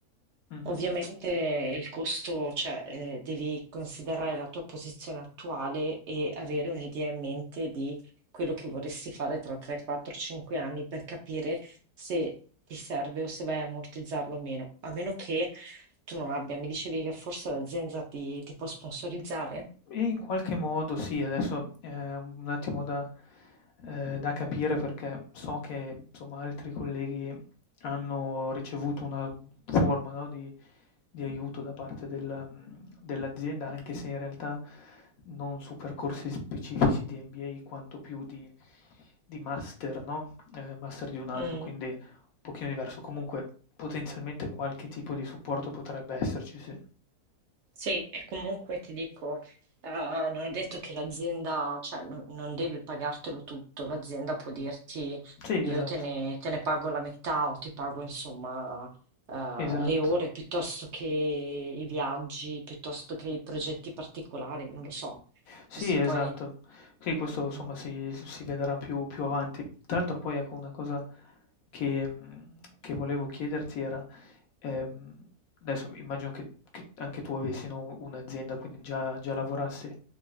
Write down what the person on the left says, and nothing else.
Mh-mh.
In qualche modo sì, adesso è un attimo da, ehm, da capire perché so che, insomma, altri colleghi hanno ricevuto una forma, no, di di aiuto da parte del mhmm, dell'azienda, anche se in realtà non su percorsi specifici di MBA quanto più di di master, no, ehm, master di 1 anno,
quindi un pochino diverso. Comunque potenzialmente qualche tipo di supporto potrebbe esserci, sì.
Sì,
esatto,
esatto.
Sì,
esatto.
Sì, questo insomma
si si vedrà più più avanti. Tra l'altro poi ecco una cosa che mhmm, che volevo chiederti era, ehm, adesso immagino che che anche tu avessi, no, un'azienda, quindi già già lavorassi.